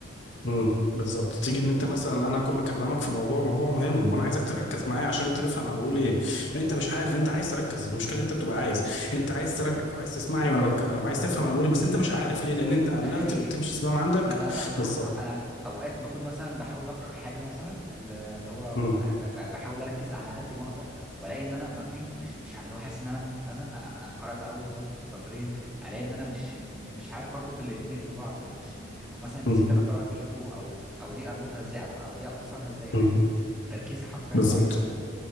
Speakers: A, on the left; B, in the centre.
A: امم بالظبط تيجي ان انت مثلا انا اكون بكلمك في موضوع موضوع مهم وانا عايزك تركز معايا عشان انت تفهم انا بقول ايه انت مش
B: اه
A: عارف انت عايز تركز المشكله إن انت بتبقى عايز انت عايز تركز وعايز تسمعني وانا بتكلم وعايز تفهم انا بقول ايه بس انت مش عارف ليه لان انت قللت
B: ده حقيقي
A: الاتنشن سبان عندك
B: لا لا لا صح
A: بالظبط
B: صح انا اوقات بكون مثلا بحاول اقرا حاجه مثلا ل- اللي هو ب-
A: امم
B: ب- بحاول اركز على قد ما اقدر والاقي ان انا ما في مش مش ع- اللي هو حاسس ان انا مثلا أ- أنا قرات اول سطر سطرين الاقي ان انا مش م- م- مش عارف اربط الاتنين ببعض مش, مش او مثلا نسيت
A: امم
B: انا قرات ايه فوق او او دي اربطها ازاي او او دي افسرها ازاي فاهمني
A: امم
B: التركيز حرفيا
A: بالظبط
B: ضعيف